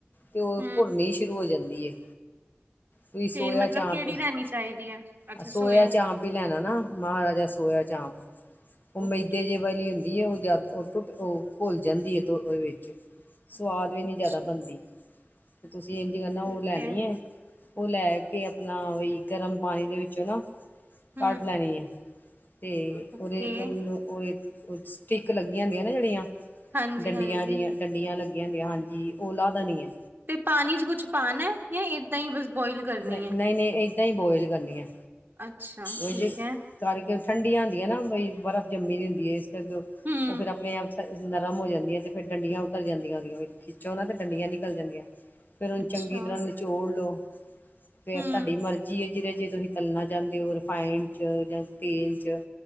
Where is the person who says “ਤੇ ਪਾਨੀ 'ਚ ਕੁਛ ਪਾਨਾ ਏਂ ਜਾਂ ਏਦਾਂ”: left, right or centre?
Right